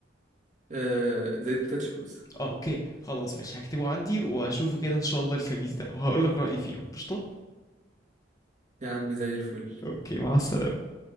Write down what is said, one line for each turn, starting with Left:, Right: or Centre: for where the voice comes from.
Right: آه زي تاتش بوز
Left: اه اوكي خلاص ماشي هكتبه عندي وهشوفه كده ان شاء الله الخميس ده وهقول لك رايي فيهم قشطه
Right: يا عم زي الفل
Left: اوكي مع السلامه